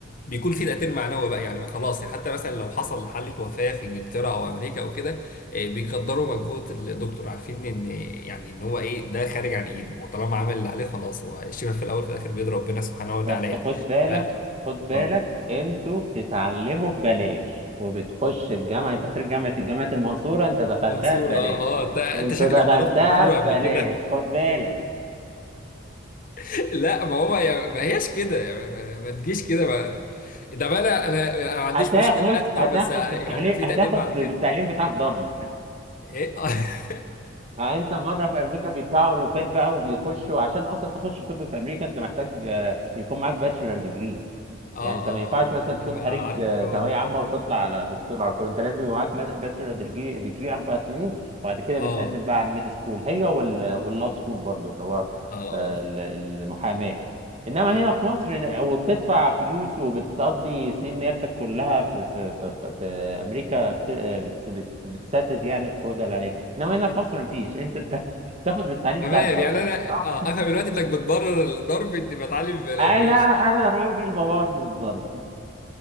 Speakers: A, on the left (about 45°); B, on the right (about 35°).
A: بيكون في تأثير معنوي بقى يعني خلاص حتى مثلا لو حصل حالة وفاة في انجلترا او امريكا او كده آه، بيقدروا مجهود الدكتور عارفين ان يعني ان هو ايه ده خارج عن ايده هو طالما عمل اللي عليه خلاص هو الشفاء في الاول وفي الاخر بيد ربنا سبحانه
B: بس
A: وتعالى يعني
B: خد بالك
A: ف-
B: خد بالك
A: اه
B: انتوا بتتعلموا ببلاش وبتخش الجامعه انت خريج جامعه الجامعه المنصوره انت دخلتها
A: منصور
B: ببلاش
A: اه اه انت انت
B: انت
A: شكلك
B: دخلتها
A: ضربت الدكتوره
B: ببلاش
A: قبل كده
B: خد بالك
A: <laughs> لا ما هو يا- ما هياش كده يعني ما, ما تجيش كده ما ده ما انا انا أنا ما عنديش
B: هتاخد
A: مشكله اسمع
B: هتاخد
A: بس يعني
B: بالتعليم
A: ما في
B: هتاخد
A: تقدير بعد
B: بالتعليم
A: كده
B: بتاعك ضرب
A: ايه <laughs> اه
B: ها انت بره في امريكا بيدفعوا الوفات بقى وبيخشوا عشان اصلا تخش طب في امريكا انت محتاج آه، يكون معاك باتشلر ديجري
A: اه
B: يعني انت
A: اه
B: ما ينفعش
A: آه،
B: مثلا
A: انا
B: تكون خارج
A: عارف
B: آه،
A: الحوار
B: ثانويه
A: ده
B: عامه وتطلع على دكتور على طول انت لازم يبقى معاك باتشلر ديجري ديجري اربع سنين وبعد كده
A: اه
B: بتقدم بقى على الميد سكول هي وال واللا سكول برضو اللي هو
A: اه اه
B: آه، ال- المحاماه انما
A: اه
B: هنا في مصر إن- او بتدفع فلوس وبتقضي سنين نيابتك كلها في في في, في امريكا بت آه، بت بت بتسدد يعني القروض اللي عليك انما هنا في مصر مفيش انت بت- <laughs> بتاخد بالتعليم
A: تمام
B: بتاعك ضرب
A: يعني انا
B: صح؟
A: اه افهم دلوقتي انك بتبرر الضرب اني بتعلم ببلاش
B: انا
A: ماشي
B: انا راجل ببرر الضرب